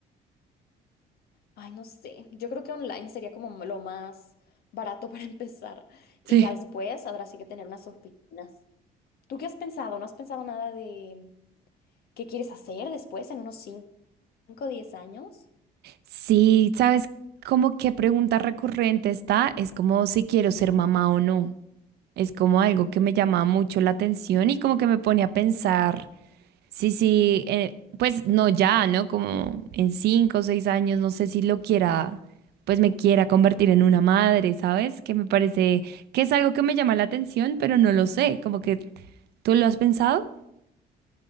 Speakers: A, on the left (about 65°); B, on the right (about 75°).
A: Ay, no sé. Yo creo que online sería como lo más barato <laughs> para empezar. Y
B: Sí.
A: ya después habrá sí que tener unas oficinas. ¿Tú qué has pensado? ¿No has pensado nada de qué quieres hacer después en unos 5, o 10 años?
B: Sí, ¿sabes? Como qué pregunta recurrente está, es como si quiero ser mamá o no. Es como algo que me llama mucho la atención y como que me pone a pensar. Sí, sí, eh, pues no ya, ¿no? Como en cinco o seis años, no sé si lo quiera, pues me quiera convertir en una madre, ¿sabes? Que me parece que es algo que me llama la atención, pero no lo sé, como que ¿tú lo has pensado?